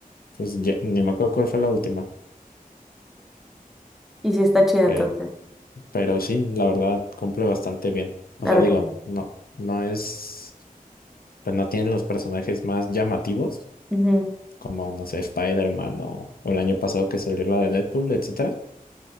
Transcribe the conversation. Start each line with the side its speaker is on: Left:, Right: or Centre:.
Left: Pues ya- ni me acuerdo cuál fue la última,
Centre: Y sí está chida
Left: pero,
Centre: entonces,
Left: pero sí, la verdad cumple bastante bien. O
Centre: la
Left: sea,
Centre: recomiendo.
Left: digo, no, no es, pues no tiene los personajes más llamativos,
Centre: Ujú.
Left: como, no sé, Spider-Man o, o el año pasado que salió la de Deadpool, etcétera.